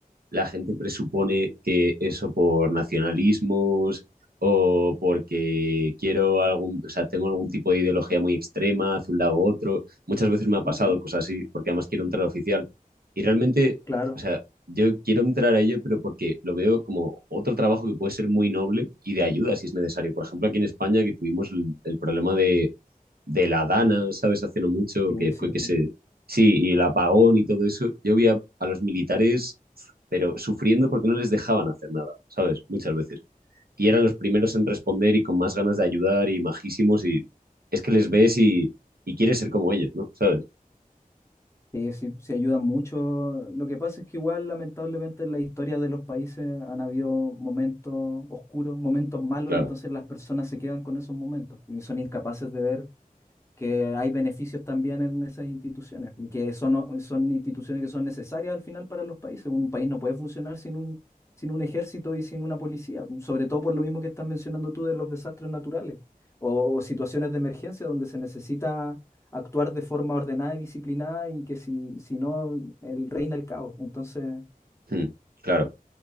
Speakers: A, on the right; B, on the left.
A: la gente presupone que eso por nacionalismos o porque quiero algún, o sea, tengo algún tipo de ideología muy extrema hacia un lado u otro. Muchas veces me ha pasado
B: Mm,
A: cosas así, porque además quiero entrar oficial. Y realmente,
B: Claro,
A: o sea, yo quiero entrar a ello, pero porque lo veo como otro trabajo que puede ser muy noble y de ayuda si es necesario. Por ejemplo, aquí en España que tuvimos el el problema de de la Dana, ¿sabes? Hace no mucho,
B: sí,
A: que fue
B: sí,
A: que
B: sí.
A: se... Sí, y el apagón y todo eso. Yo vi a, a los militares, pero sufriendo porque no les dejaban hacer nada, ¿sabes? Muchas veces. Y eran los primeros en responder y con más ganas de ayudar y majísimos y es que les ves y, y quieres ser como ellos, ¿no? ¿Sabes?
B: Sí, sí, sí ayuda mucho. Lo que pasa es que igual, lamentablemente, en la historia de los países han habido momentos oscuros, momentos malos,
A: Claro,
B: entonces las personas se quedan con esos momentos y son incapaces de ver que hay beneficios también en esas instituciones, que son, son instituciones que son necesarias al final para los países. Un país no puede funcionar sin un, sin un ejército y sin una policía, sobre todo por lo mismo que estás mencionando tú de los desastres naturales o, o situaciones de emergencia donde se necesita actuar de forma ordenada y disciplinada y que si, si no, el, reina el caos. Entonces,
A: hmm, claro.